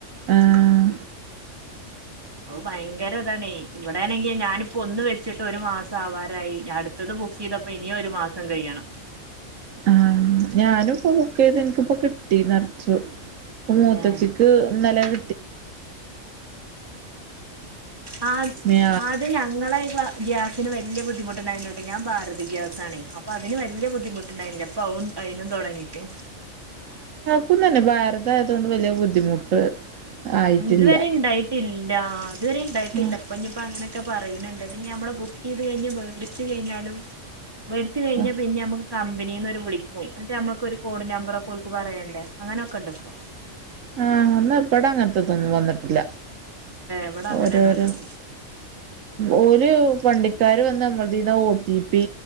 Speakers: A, on the right (about 75°); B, on the right (about 20°).
A: ആഹ്
B: ഭയങ്കര ഇതാണേ ഇവിടെയാണെങ്കിൽ ഞാനിപ്പോ ഒന്ന് ഇവടെണെങ്കിൽ ഞാനിപ്പോ ഒന്ന് വെച്ചിട്ട് ഒരു മാസം ആവാരായി ഞ ടുത്തത് ബുക്ക് ചെയ്തപ്പോ ഇനി ഒരു മാസം കഴിയണം. <inaudible>
A: ആഹ് ഞാനും ഇപ്പൊ ബുക്കെയ്യ്ത് എനിക്കിപ്പോ കിട്ടി നെർച്ചു ഇപ്പോ മൂത്തച്ചിക്ക്
B: ഏഹ്
A: ന്നലെ <inaudible>
B: ആ ആദ്
A: മേ
B: അത് ഞങ്ങളൊ ഗ്ലാ ഗ്യാസ് അതിന് വെല്യാ ബുദ്ധിമുട്ടുണ്ടായിരുന്നുട്ടോ ഞാൻ ഭാരത ഗ്യാസ്സണേ അപ്പൊ അതിന് വല്ല്യ ബുദ്ധിമുണ്ടായിരുന്നില്ല ഇപ്പവും അയ്‌നും തോ തുടങ്ങിക്കും.
A: ഇക്കും തന്നെ ഭാരത് ആയതോണ്ട് വല്ല്യാ ബുദ്ധിമുട്ട്. ആയിട്ടില്ല
B: ഇത് വരെ ഇണ്ടായിട്ടില്ല ഇത് വരെ ഇണ്ടായിട്ടില്ല
A: ആഹ്
B: ഇപ്പഞ്ഞിപ്പോ അങ്ങനെ ക്കെ പറയ്ണണ്ട് പിന്നെ ഞമ്മൾ ബുക്കീത് ചെയ്ത് കഴിഞ് വേടിച്ച് കഴിഞ്ഞാലും വേടിച്ച് കഴിഞ്ഞ
A: ആഹ്
B: പിന്നെ നമ്മ കമ്പനീന്നോർ വിളിക്കും ന്നിട്ട് നമ്മൾക്ക് ഒരു കോഡിന്റെ നമ്പറൊക്കെ പറയണ്ടേ അങ്ങനെയൊക്കെ ഇണ്ട്പ്പോ.
A: ആഹ ഇന്നബടെ അങ്ങനത്തതൊന്നും വന്നിട്ടില്ല.
B: ഇവിടെ അങ്ങനെ
A: ഓരോരോ
B: ഉണ്ട് ഇപ്പം
A: ഓല്. വണ്ടിക്കാര് വന്ന് നമ്മൾ ഇതീന്ന് O T P